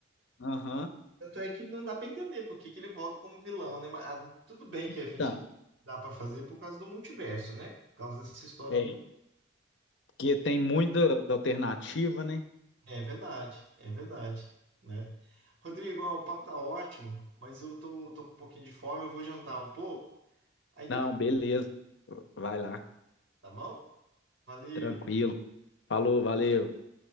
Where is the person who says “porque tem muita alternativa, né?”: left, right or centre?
Left